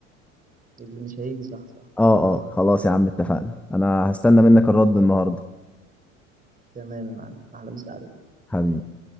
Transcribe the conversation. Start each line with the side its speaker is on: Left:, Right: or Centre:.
Right: اللي مش هيجي صح صح
Centre: اه اه خلاص يا عم اتفقنا انا هستنى منك الرد
Right: تمام
Centre: النهارده
Right: تمام يا معلم احلى مسا عليك
Centre: حبيبي